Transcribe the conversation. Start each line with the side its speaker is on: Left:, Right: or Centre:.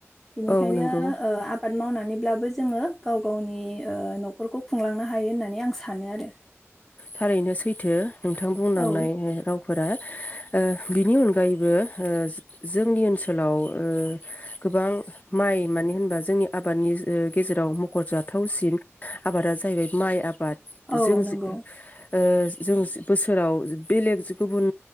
Centre: बेनिखायनो
Left: औ नंगौ
Centre: ओ आबाद मावनानै बिदिब्लाबो जोङो गाव गावनि ओ न'खरखौ खुंलांनो हायो होननानै आं सानो आरो।
Left: थारैनो सैथो नोंथां बुंलांनाय
Centre: औ
Left: रावफोरा ओ बिनि अनगायैबो ओ जोंनि ओनसोलाव ओ गोबां माइ मानो होनबा जोंनि आबादनि गेजेराव मखरजाथावसिन आबादा जाहैबाय माइ आबाद बाद
Centre: औ
Left: जों
Centre: नंगौ
Left: ए जों बोसोराव बेलेग गुबुन